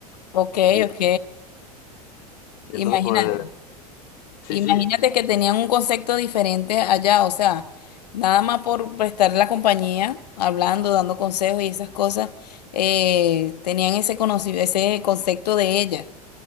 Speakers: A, on the left; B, on the left.
A: Ok,
B: Y
A: ok.
B: entonces,
A: Imagínate,
B: pues, sí,
A: imagínate
B: sí,
A: que tenían un concepto diferente allá, o sea, nada más por prestar la compañía, hablando, dando consejos y esas cosas, eh, tenían ese conoci- ese concepto de ella.